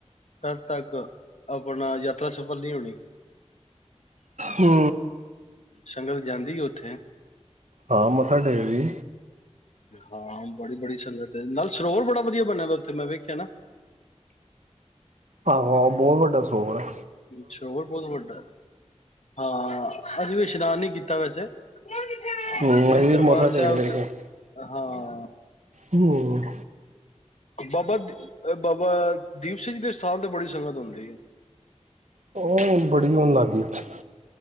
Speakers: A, on the left; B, on the right.
A: ਤਦ ਤੱਕ ਆਪਣਾ ਯਾਤਰਾ ਸਫਲ ਨਹੀਂ ਹੋਣੀ।
B: ਹੂੰ।
A: ਸੰਗਤ ਜਾਂਦੀ ਆ ਉੱਥੇ
B: ਹਾਂ, ਮੱਥਾ ਟੇਕਦੀ।
A: ਹਾਂ, ਬੜੀ ਬੜੀ ਸੰਗਤ ਹੈ ਨਾਲ ਸਰੋਵਰ ਬੜਾ ਵਧੀਆ ਬਣਿਆ ਦਾ ਉੱਥੇ ਮੈਂ ਵੇਖਿਆ ਨਾ।
B: ਆਹੋ ਆਹੋ ਬਹੁਤ ਵੱਡਾ ਸਰੋਵਰ ਆ।
A: ਅੱਛਾ ਹੋਰ ਬਹੁਤ ਵੱਡਾ ਹਾਂ। ਅਸੀਂ ਕੋਈ ਇਸ਼ਨਾਨ ਨੀ ਕੀਤਾ ਵੈਸੇ <unintelligible>
B: ਹੂੰ ਅਸੀਂ ਵੀ
A: ਦਰਬਾਰ
B: ਮੱਥਾ ਟੇਕ
A: ਸਾਹਿਬ
B: ਲਏ
A: ਚ
B: ਸੀ
A: ਹਾਂ।
B: ਹੂੰ।
A: ਬਾਬਾ ਬਾਬਾ ਦੀਪ ਸਿੰਘ ਜੀ ਦੇ ਸਥਾਨ ਤੇ ਬੜੀ ਸੰਗਤ ਹੁੰਦੀ ਐ।
B: ਉਹ ਹੁਣ ਬੜੀ ਹੋਣ ਲਾਗੀ ਉੱਥੇ।